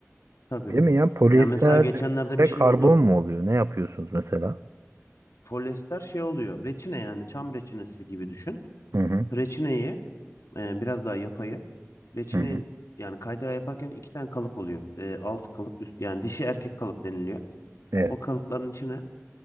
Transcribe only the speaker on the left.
Tabii.
Yani mesela geçenlerde
bir şey
oldu.
Polyester şey oluyor. Reçine yani çam reçinesi gibi düşün.
Reçineyi e, biraz daha yapayı. Reçinenin
yani kaydıra yaparken iki tane kalıp oluyor. E, alt kalıp üst yani dişi erkek kalıp deniliyor.
O kalıpların içine